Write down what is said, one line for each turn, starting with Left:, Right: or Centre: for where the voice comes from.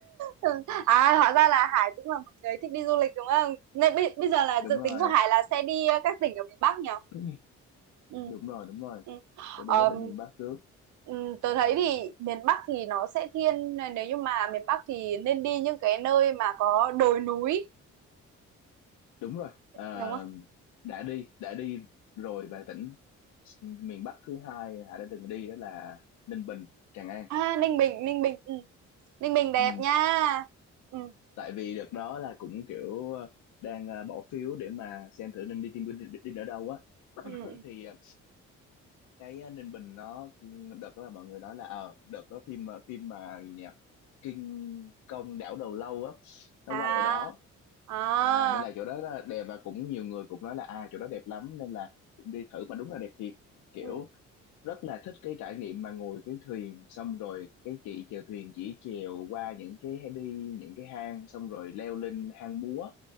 Right: Ừ. À hóa ra là Hải cũng là một người thích đi du lịch đúng không? Nên bây, bây giờ là
Left: <laughs> đúng
Right: dự
Left: rồi
Right: tính của Hải là sẽ đi ờ, các tỉnh ở miền Bắc nhỉ?
Left: <clears throat>
Right: Ừ.
Left: đúng rồi đúng rồi
Right: ừ.
Left: sẽ đi
Right: Ờm,
Left: các tỉnh miền Bắc trước
Right: ừm, tớ thấy thì miền Bắc thì nó sẽ thiên nếu như mà miền Bắc thì nên đi những cái nơi mà có đồi núi
Left: đúng rồi ờ,
Right: đúng không?
Left: đã đi đã đi rồi và tỉnh miền Bắc thứ hai Hà đã từng đi đó là Ninh Bình Tràng An
Right: À Ninh Bình, Ninh Bình, ừ. Ninh Bình đẹp
Left: Ừ.
Right: nha. Ừ.
Left: Tại vì đợt đó là cũng kiểu ờ, đang ờ, bỏ phiếu để mà xem thử nên đi team building đi, đi ở đâu á <laughs>
Right: Ừ. ừ.
Left: thì ờ, cái ờ, Ninh Bình nó ừ, đợt đó là mọi người nói là ờ đợt đó phim ờ, phim mà gì nhỉ Kinh Công Đảo Đầu Lâu á nó
Right: À.
Left: quay ở đó
Right: À.
Left: à nên là chỗ đó là đẹp và cũng nhiều người cũng nói là à chỗ đó đẹp lắm nên là cũng đi thử mà đúng là đẹp thiệt kiểu
Right: Ừ.
Left: rất là thích cái trải nghiệm mà ngồi cái thuyền xong rồi cái chị chèo thuyền chỉ chèo qua những cái đi những cái hang xong rồi leo lên hang múa